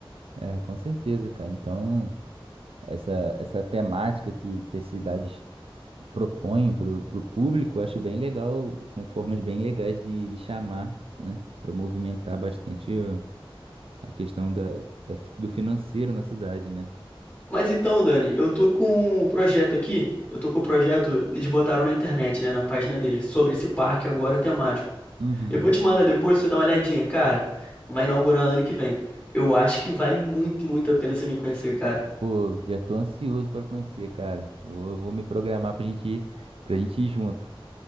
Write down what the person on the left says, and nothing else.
Mas então, Dani, eu tô com um projeto aqui, eu tô com o projeto, eles botaram na internet, né, na página deles, sobre esse parque agora temático.
Eu vou te mandar depois, você dá uma olhadinha, cara. Vai inaugurar ano que vem. Eu acho que vale muito, muito a pena você me conhecer, cara.